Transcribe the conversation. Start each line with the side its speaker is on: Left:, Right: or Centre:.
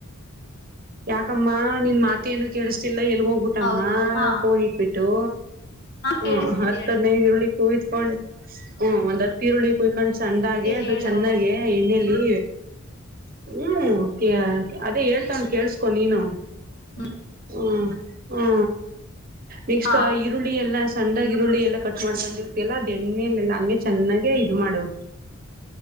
Right: ಯಾಕಮ್ಮ ನಿನ್ ಮಾತ ಏನು ಕೇಳಿಸತೀ ಎಲ್ಲ ಎಲ್ಲಿಗ್ ಹೋಗ್ಬಿಟ್ಟಮ್ಮ
Left: ಹೌದು ಹಾ
Right: ಫೋನ್ ಇಟ್ಬು ಟೂ
Left: ಕೇಳಿಸ್ತಿದೆ
Right: ಹಾ ಹತ್ತು
Left: ಹೇಳು
Right: ಹದಿನೈದು ಈರುಳ್ಳಿ ಉಹಿಸ್ಕೊಂಡು ಹಾ ಒಂದು ಅತ್ತು ಈರುಳ್ಳಿ ಕೊಯ್ಕೊಂಡು ಸಂಡಾಗೆ ಅದು
Left: ಹೇಳು
Right: ಚೆನ್ನಾಗಿ ಎಣ್ಣಲಿ ಹ್ಮ ಅದೇ ಹೇಳ್ತಾನೆ ಕೇಳಿಸ್ಕೊ ನೀನು
Left: ಹ್ಮ
Right: ಹ್ಮ ಹ್ಮ ನೆಕ್ಸ್ಟ್
Left: ಹಾ
Right: ಆ ಈರುಳ್ಳಿ ಎಲ್ಲ ಸಣ್ಣಾಗಿ ಈರುಳ್ಳಿ ಎಲ್ಲ ಕಟ್ ಮಾಡ್ಕೊಂಡ ಇರ್ತಲ್ಲ ಅದು ಎಣ್ಣೆಲ್ಲೆಲ್ಲ ಹಂಗೆ ಚೆನ್ನಾಗೆ ಇದು ಮಾಡು